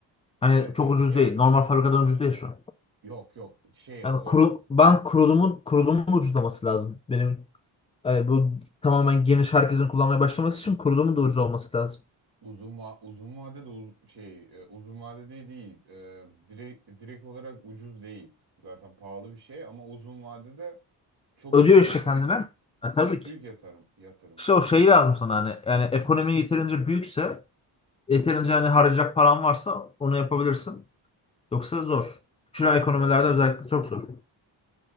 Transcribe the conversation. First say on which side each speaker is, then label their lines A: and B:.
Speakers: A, on the left; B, on the right.
A: Hani
B: Evet
A: çok
B: evet
A: ucuz
B: ya
A: değil. Normal fabrikadan ucuz değil şu an.
B: yok yok şey
A: Yani
B: olarak
A: kuru, ben kurulumun kurulumun ucuzlaması lazım. Benim Yani bu tamamen geniş herkesin kullanmaya başlaması için kurulumun da ucuz olması lazım.
B: Uzun va uzun vade de uz- şey e, uzun vade değil değil. E, direkt direkt olarak ucuz değil. Zaten pahalı bir şey ama uzun vadede çok
A: Ödüyor
B: büyük
A: işte
B: yatırım.
A: kendine. E, tabii
B: Çok
A: ki.
B: büyük yatırım yatırım.
A: İşte o şey lazım sana hani. Yani ekonomi yeterince büyükse, yeterince hani harcayacak paran varsa onu yapabilirsin. Yoksa zor. Küçülen ekonomilerde
B: Doğru.
A: özellikle çok zor.